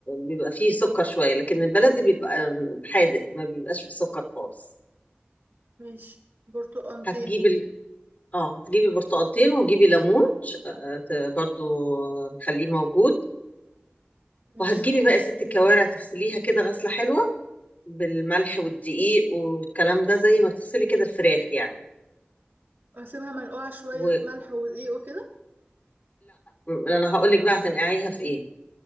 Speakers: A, on the left (about 40°); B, on the right (about 70°).
A: بيبقى فيه سكر شوية لكن البلدي بيبقى حادق ما بيبقاش فيه سكر خالص
B: ماشي برتقالتين
A: هتجيبي ال... اه تجيبي برتقالتين وتجيبي ليمون ش- آه، ت- برضو نخليه موجود
B: ماشي
A: وهتجيبي بقى يا ست الكوارع تغسليها كده غسلة حلوة بالملح والدقيق والكلام ده زي ما بتغسلي كده الفراخ يعني
B: وهسيبها منقوعة شوية
A: ولا
B: في ملح ودقيق وكده
A: انا هقول لك بقى هتنقعيها في ايه